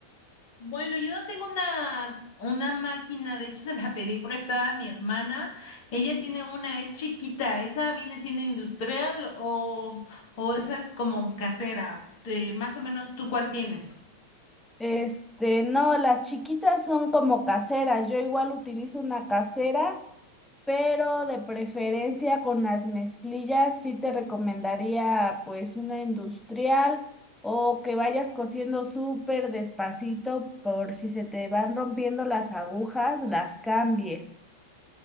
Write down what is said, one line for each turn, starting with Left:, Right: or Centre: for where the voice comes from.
Left: Bueno, yo no tengo una, una máquina, de hecho se la pedí prestada a mi hermana. Ella tiene una, es chiquita, ¿esa viene siendo industrial o, o esa es como casera? Te- más o menos, ¿tú cuál tienes?
Centre: Este, no, las chiquitas son como caseras. Yo igual utilizo una casera pero de preferencia con las mezclillas sí te recomendaría pues una industrial o que vayas cosiendo súper despacito por si se te van rompiendo las agujas, las cambies.